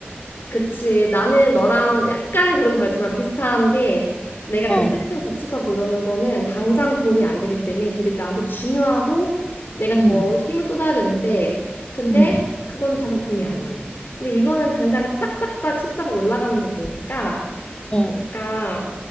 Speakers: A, on the left; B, on the left.
A: 그치. 나는 너랑 약간의 그런 다르지만 비슷한 게 내가
B: 어,
A: 그 시스템 구축하고 이러는 거는 당장 돈이 안 되기 때문에 되게 나한테 중요하고 내가
B: 음,
A: 더 힘을 쏟아야 되는데 근데
B: 음,
A: 그건 당장 돈이 안 돼. 근데 이거는 당장 딱딱딱 숫자가 올라가는 게 보이니까
B: 어,
A: 그러니까